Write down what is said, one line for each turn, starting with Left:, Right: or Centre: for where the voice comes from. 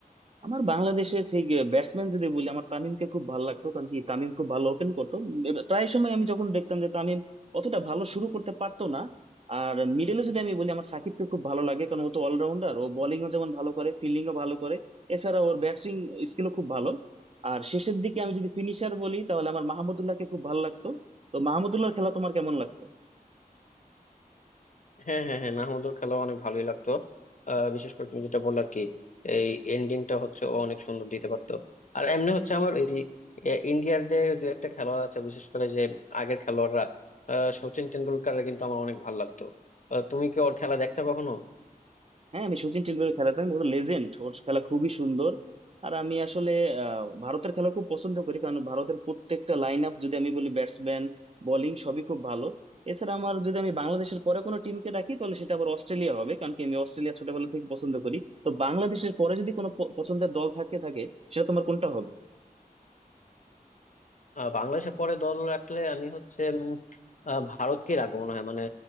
Right: আমার বাংলাদেশের সেই ব্যাটসম্যান যদি বলি আমার তামিমকে খুব ভালো লাগতো কারণ কি তামিম খুব ভালো ওপেন করতো উম, প্রায় সময় আমি যখন দেখতাম যে তামিম অতটা ভালো শুরু করতে পারতো না আর মিডলে যদি আমি বলি আমার সাকিবকে খুব ভালো লাগে কারণ ও তো অলরাউন্ডার ও বোলিংও যেমন ভালো করে ফিল্ডিংও ভালো করে এছাড়া ওর ব্যাটিং স্কিলও খুব ভালো আর শেষের দিকে আমি যদি ফিনিশার বলি তাহলে আমার মাহমুদুল্লাহকে খুব ভালো লাগতো তো মাহমুদুল্লাহর খেলা তোমার কেমন লাগতো
Left: হ্যাঁ হ্যাঁ হ্যাঁ মাহমুদুর খেলা অনেক ভালোই লাগতো আহ, বিশেষ করে তুমি যেটা বললে আর কি এই এন্ডিংটা হচ্ছে ও অনেক সুন্দর দিতে পারতো আর এমনি হচ্ছে আমার এই এ, ইন্ডিয়ার যে দু একটা খেলোয়াড় আছে বিশেষ করে যে আগের খেলোয়াড়রা আহ, সচিন টেন্ডুলকারের কিন্তু আমার অনেক ভালো লাগতো আহ, তুমি কি ওর খেলা দেখতে কখনো
Right: হ্যাঁ আমি সচিন টেন্ডুলকারের খেলা তো আমি বলতে লেজেন্ড ওর খেলা খুবই সুন্দর আর আমি আসলে আহ, ভারতের খেলা খুব পছন্দ করি কারণ ভারতের প্রত্যেকটা লাইন আপ যদি আমি বলি ব্যাটসম্যান বোলিং সবই খুব ভালো এছাড়া আমার যদি আমি বাংলাদেশের পরে কোনো টিমকে রাখি তাহলে সেটা আবার অস্ট্রেলিয়া হবে কারণ কি আমি অস্ট্রেলিয়া ছোটবেলা থেকে পছন্দ করি তো বাংলাদেশের পরে যদি কোনো প- পছন্দের দল থাকে থাকে সেটা তোমার কোনটা হবে
Left: আহ বাংলাদেশে পরে দল রাখলে আমি হচ্ছে উম, আহ, ভারতকে রাখবো মনে হয় মানে